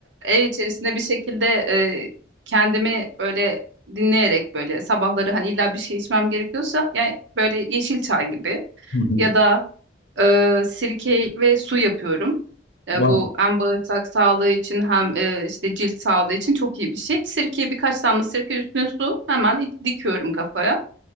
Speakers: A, on the right; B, on the left.
A: ev içerisinde bir şekilde e, kendimi böyle dinleyerek böyle sabahları hani illa bir şey içmem gerekiyorsa yani böyle yeşil çay gibi
B: Hı hı.
A: ya da e, sirke ve su yapıyorum. E,
B: Wow.
A: bu hem bağırsak sağlığı için hem e, işte cilt sağlığı için çok iyi bir şey. Sirkeyi birkaç damla sirke üstüne su hemen iç- dikiyorum kafaya.